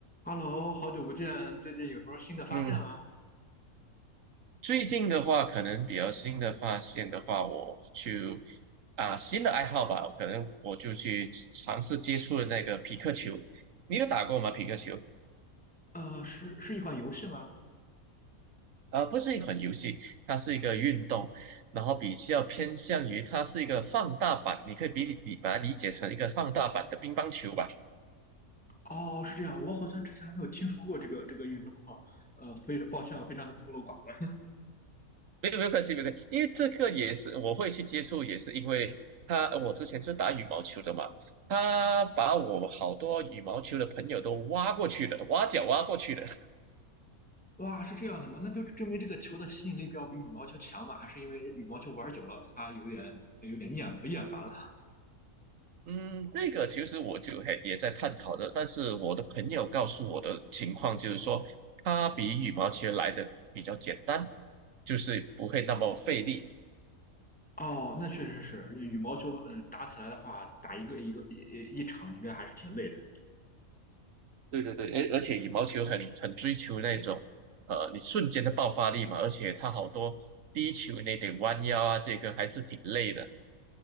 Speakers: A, in the centre; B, on the right.
A: Hello，好久不见，最近有什么新的发现吗？
B: 嗯，最近的话，可能比较新的发现的话，我就啊新的爱好吧，可能我就去尝试接触了那个皮克球。你有打过吗？皮克球？
A: 呃，是是一款游戏吗？
B: 啊，不是一款游戏，它是一个运动，然后比较偏向于它是一个放大版，你可以比你把它理解成一个放大版的乒乓球吧。
A: 哦，是这样，我好像之前还没有听说过这个这个运动哈，呃，非常 <laughs> 抱歉，我非常的孤陋寡闻。
B: 没有没有关系，没有关系，因为这个也是我会去接触，也是因为他，我之前是打羽毛球的嘛，他把我好多羽毛球的朋友都挖过去了，挖角挖过去了。<laughs>
A: 哇，是这样的吗？那就证明这个球的吸引力要比羽毛球强嘛？还是因为羽毛球玩久了，它有点有点厌厌烦了？
B: 嗯，那个其实我就还也在探讨的，但是我的朋友告诉我的情况就是说，他比羽毛球来的比较简单，就是不会那么费力。
A: 哦，那确实是，羽毛球，嗯，打起来的话，打一个一个一一场应该还是挺累的。
B: 对对对，而而且羽毛球很很追求那种，呃，你瞬间的爆发力嘛，而且它好多低球那点弯腰啊，这个还是挺累的。